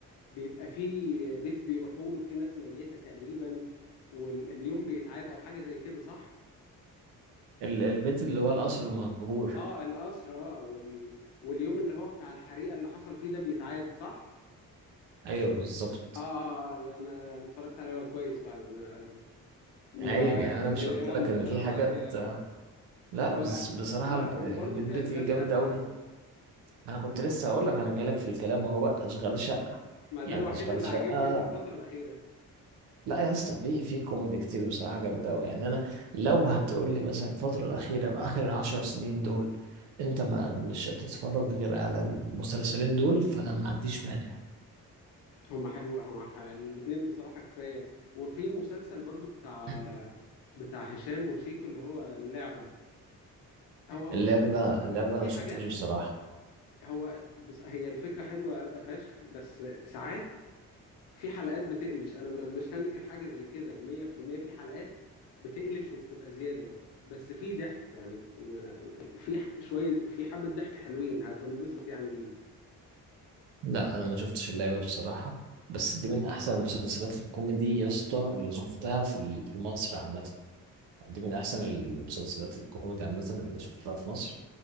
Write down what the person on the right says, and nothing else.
ال- البيت اللي هو القصر المهجور
ايوه بالظبط
عيب يعني انا
مش قلت
لك
ان في حاجات
لا
بس بصراحه
الب-
البيت
بيتي
جامد
قوي
انا كنت لسه هقول لك انا جاي لك في الكلام اهو بقى اشغال شقه
يعني
اشغال
شقه
لا يا اسطى في في كوميدي كتير بصراحه جامد قوي يعني انا لو هتقول لي مثلا الفتره الاخيره اخر عشر سنين دول انت ما مش هتتفرج غير على المسلسلين دول فانا ما عنديش مانع
<clears throat>
اللعبه اللعبه انا
ما شفتوش
بصراحه
لا انا ما شفتش اللعبه بصراحه بس دي من احسن المسلسلات الكوميدي يا اسطى اللي شفتها في ال- في مصر عامه دي من أحسن المسلسلات الكوميدي عامة اللي شفتها في مصر